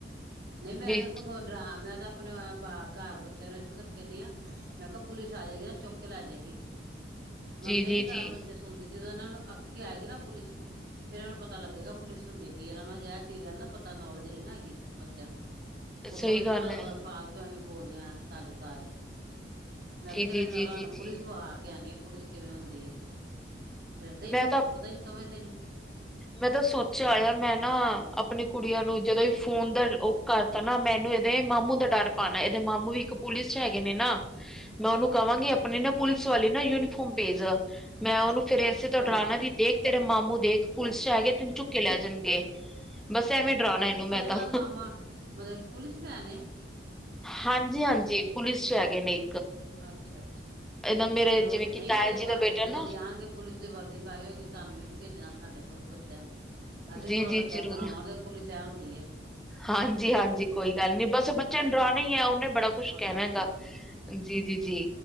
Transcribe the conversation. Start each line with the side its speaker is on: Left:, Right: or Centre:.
Right: ਨਹੀਂ ਮੈਂ
Centre: ਵੀ
Right: ਤਾਂ ਸਗੋਂ ਡਰਾ ਹਾਂ ਮੈਂ ਤਾਂ ਆਪਣੇ ਘਰ ਬੱਚਿਆਂ ਨੂੰ ਇੱਥੋਂ ਤ ਕਹਿਣੀ ਆ ਮੈਂ ਕਿਹਾ ਪੁਲਿਸ ਆ ਜਾਏਗੀ ਨਾ ਚੁੱਕ ਲੈ ਜਾਏਗੀ। ਮੰਨਦੇ
Centre: ਜੀ ਜੀ
Right: ਨੀ ਗੱਲ
Centre: ਜੀ
Right: ਬੱਚੇ ਸੁਣਦੇ। ਜਦੋਂ ਇਹਨਾਂ ਨੂੰ ਅਖੀ ਆਏਗੀ ਨਾ ਪੁਲਿਸ ਫਿਰ ਇਹਨਾਂ ਨੂੰ ਪਤਾ ਲੱਗੇਗਾ ਪੁਲਿਸ ਹੁੰਦੀ ਕੀ ਇਹਨਾਂ ਨੂੰ ਹਜੇ ਇਹ ਚੀਜ਼ ਹੈ ਨਾ ਪਤਾ ਨੌਲੇਜ ਨਹੀਂ ਨਾ ਹੈਗੀ ਬੱਚਿਆਂ ਨੂੰ
Centre: ਸਹੀ
Right: ਉਹ ਸਮਝਦੇ
Centre: ਗੱਲ ਹੈ
Right: ਫਾਲਤੂ ਐਵੇਂ ਬੋਲਦੇ ਆ ਸਾਡੇ ਸਾਰੇ ਮੈਂ
Centre: ਜੀ
Right: ਕਿਹਾ
Centre: ਜੀ
Right: ਤੈਨੂੰੈਂੂੰ
Centre: ਜੀ ਜੀ
Right: ਪੁਲਿਸ
Centre: ਜੀ
Right: ਵੇਖਾ ਕੇ ਆਉਂਨੀ ਆ ਪੁਲਿਸ ਕਿਵੇਂ ਹੁੰਦੀ ਹੈ। ਡਰਦੇ ਨੀ
Centre: ਮੈਂ ਤਾਂ
Right: ਪਤਾ ਹੀ ਸਮਝਦੇ ਨੀ
Centre: ਮੈਂ ਤਾਂ ਸੋਚਿਆ ਹੋਇਆ ਮੈਂ ਨਾ ਆਪਣੀ ਕੁੜੀਆਂ ਨੂੰ ਜਦੋਂ ਫੋਨ ਦਾ ਉਹ ਕਰਤਾ ਨਾ ਮੈਨੂੰ ਇਹਦੇ ਮਾਮੂ ਦਾ ਡਰ ਪਾਉਣਾ ਇਹਦੇ ਮਾਮੂ ਵੀ ਇੱਕ ਪੁਲਿਸ ਚ ਹੈਗੇ ਨੇ ਨਾ ਮੈਂ
Right: ਅੱਛਾ
Centre: ਉਹਨੂੰ ਕਹਾਂਗੀ
Right: ਅੱਛਾ
Centre: ਆਪਣੇ ਨਾ ਪੁਲ ਵਾਲੀ ਨਾ ਯੂਨੀਫਾਰਮ ਭੇਜ਼ ਮੈਂ ਉਹਨੂੰ ਫਿਰ ਇਸੇ ਤੋਂ ਡਰਾਉਣਾ
Right: ਅੱਛਾ
Centre: ਵੀ ਦੇਖ ਤੇਰੇ ਮਾਮੂ ਦੇਖ ਚ ਹੈਗੇ ਤਨੂੰ ਚੁੱਕ ਕੇ ਲੈ ਜਾਣਗੇ ਬਸ
Right: ਅੱਛਾ
Centre: ਐਵੇਂ ਡਰਾਉਣਾ ਇਹਨੂੰ
Right: ਅੱਛਾ
Centre: ਮੈਂ
Right: ਇਹਦਾ
Centre: ਤਾਂ
Right: ਮਾਮਾ ਮਤਲਬ ਕਿ ਪੁਲਿਸ ਮੈਨ ਹੈ
Centre: ਹਾਂਜੀ ਹਾਂਜੀ ਪੁਲਿਸ ਚ ਹੈਗੇ ਨੇ।
Right: ਅੱਛਾ ਫਿਰ
Centre: ਇਹਦਾ ਮੇਰੇ
Right: ਉਹ
Centre: ਜਿਵੇਂ ਕਿ
Right: ਨਹੀਂ
Centre: ਤਾਇਆ
Right: ਜੋਂ
Centre: ਜੀ
Right: ਤੁਹਾਡੇ
Centre: ਦਾ ਬੇਟਾ
Right: ਕੋਲ
Centre: ਨਾ
Right: ਕਦੇ ਆਉਣਗੇ ਪੁਲਿਸ ਦੀ ਵਰਦੀ ਪਾਈ ਹੋਗੀ ਸਾਨੂੰ ਵੀ ਭੇਜਣਾ ਸਾਡੇ ਕੋਲ ਵੀ ਬੱਚੇ ਚ ਅਸੀਂ
Centre: ਜੀ
Right: ਵੀ ਥੋੜਾ
Centre: ਜੀ
Right: ਬੱਚਿਆਂ
Centre: ਜ਼ਰੂਰ
Right: ਨੂੰ ਦਿਖਾਵਾਂਗੇ ਪੁਲਸ ਏਹ ਹੁੰਦੀ ਹੈ
Centre: ਹਾਂਜੀ ਹਾਂਜੀ ਕੋਈ ਗੱਲ ਨਹੀਂ ਬਸ ਬੱਚੇ ਡਰਾਣੇ ਹੀ ਹੈ ਉਹਨੇ ਬੜਾ ਕੁਛ
Right: ਹਾਂ
Centre: ਕਹਿਣਾ ਹੈਗਾ
Right: ਹਾਂ
Centre: ਜੀ ਜੀ ਜੀ